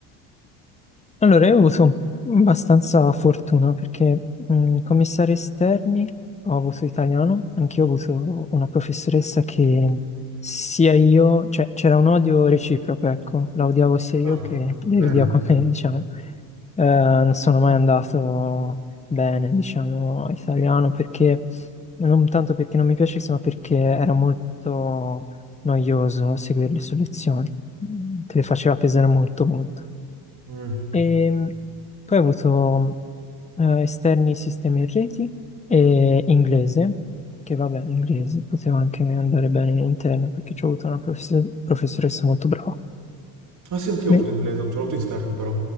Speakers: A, on the left; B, on the right.
A: Allora, io ho avuto abbastanza fortuna perché mh, commissario esterni ho avuto italiano, anch'io ho avuto una professoressa che sia io, cioè c'era un odio reciproco, ecco, la odiavo sia io
B: Ah,
A: che lei
B: bene.
A: odiava me, <laughs> diciamo. Eh, non sono mai andato bene, diciamo, a italiano perché, non tanto perché non mi piacesse, ma perché era molto noioso seguire le sue lezioni, te le faceva pesare molto, molto.
B: Mm.
A: E poi ho avuto eh, esterni sistemi e reti e inglese, che vabbè, inglese poteva anche andare bene in interno perché ci ho avuto una professe- professoressa molto brava.
B: Ah sì, anch'io
A: Me-
B: ho avuto inglese, ce l'ho avuto in esterno però.